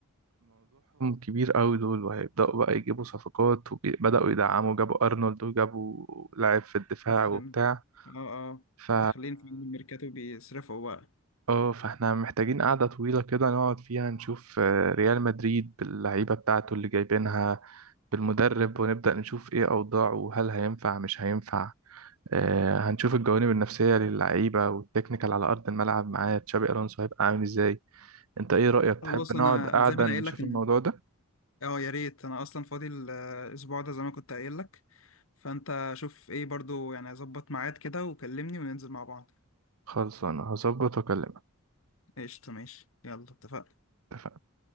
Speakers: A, on the right; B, on the left.
A: كبير قوي دول وهيبداوا بقى يجيبوا صفقات وبداوا يدعموا جابوا ارنولد وجابوا لاعب في الدفاع
B: بس
A: وبتاع
B: يعني اه اه
A: ف
B: داخلين في الميركاتو بيصرفوا بقى
A: اه فاحنا محتاجين قعدة طويلة كده نقعد فيها نشوف آه، ريال مدريد باللعيبة بتاعته اللي جايبينها بالمدرب ونبدأ نشوف ايه أوضاعه وهل هينفع مش هينفع آه، هنشوف الجوانب النفسية للعيبة والتكنيكال على أرض الملعب معاه تشابي ألونسو هيبقى عامل ازاي انت ايه رأيك تحب
B: خلاص
A: نقعد
B: انا
A: قعدة
B: زي ما انا
A: نشوف
B: قايل لك ان
A: الموضوع ده
B: اه يا ريت انا اصلا فاضي ال- الاسبوع ده زي ما كنت قايل لك فانت شوف ايه برضو يعني اظبط ميعاد كده وكلمني وننزل مع بعض
A: خلص انا هظبط واكلمك
B: قشطة ماشي يلا اتفقنا
A: اتفقنا.